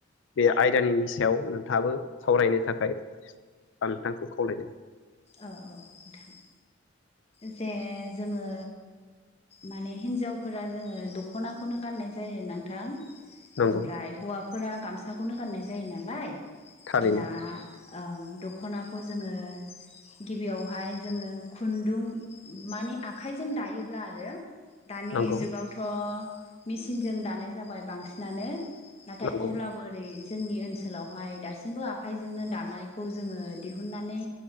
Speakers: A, on the left (about 65°); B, on the left (about 30°).
A: बे आयदानि सायाव नोंथाङाबो सावरायनो थाखाय आं नोंथांखौ खावलायदों।
B: औ औ नोंथां। जे जोङो माने हिनजावफोरा जोङो दख'नाखौनो गाननाय जायो नोंथां।
A: नंगौ
B: ओमफ्राय हौवाफोरा गामसाखौनो गाननाय जायो नालाय
A: थारैनो
B: दा औ दख'नाखौ जोङो गिबियावहाय जोङो खुन्दुं माने आखाइजों दायोब्ला आरो दानि
A: नंगौ
B: जुगावथ' थ' मेसिनजों दानाय जाबाय बांसिनानो नाथाय
A: नंगौ
B: अब्लाबो ओरै जोंनि ओनसोलावहाय दासिमबो आखाइजोंनो दानायखौ जोङो दिहुननानै